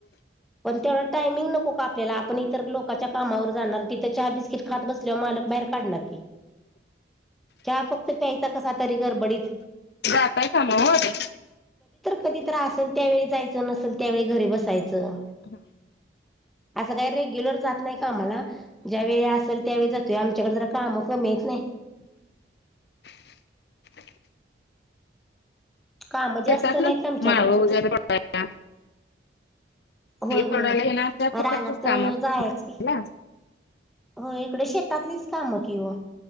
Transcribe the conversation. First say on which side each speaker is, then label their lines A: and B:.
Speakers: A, in the centre; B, on the left.
A: पण तेवढा टाईम नको का आपल्याला आपण इथं तिथ लोकांच्या कामावर जाणार तिथ चहा बिस्किट खात बसल्यावर मालक बाहेर काढणार की चहा फक्त प्यायचा कसा तरी गरबडीत
B: जातय कामवर
A: कधीतरी असल त्यावेळी जायचं नसेल त्यावेळी घरी बसायचं
B: हम्म
A: असं काय रेग्युलर जात नाही कामाला ज्यावेेळी असेल त्यावेळी जातोय आमच्याकडे जरा काम कमी आहेत नी
B: <inaudible>
A: कामं जास्त
B: शेतातलंच
A: नाहीत आमच्याकडं
B: माळ वगैरे पड
A: होय होय.
B: तोडाला ये ना अश प्रकारचेच
A: रानात
B: काम असणार
A: जायच की हो इकडे शेतातलीच काम कि हो